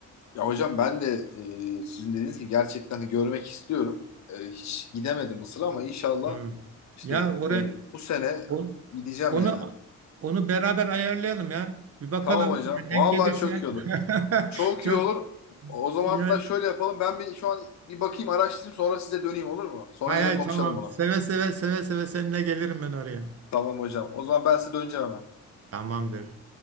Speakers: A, on the left; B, on the right.
A: Ya hocam ben de e, sizin dediğiniz gibi gerçekten de görmek istiyorum. E, hiç gidemedim Mısır'a ama inşallah
B: Hmm.
A: işte
B: Ya oraya
A: yani bu sene
B: on-
A: gideceğim
B: onu
A: yani.
B: onu beraber ayarlayalım ya. Bir bakalım
A: Tamam hocam.
B: ya
A: Vallahi
B: denk gelirse.
A: çok iyi olur.
B: <laughs>
A: Çok
B: Çok
A: iyi olur. O zaman
B: ya
A: hatta şöyle yapalım. Ben bir şu an bir bakayım araştırayım sonra size döneyim olur mu? Sonra
B: hay
A: yine
B: hay
A: konuşalım
B: tamam.
A: bunu.
B: Seve seve seve seve seninle gelirim ben oraya.
A: Tamam hocam. O zaman ben size döneceğim hemen.
B: Tamamdır.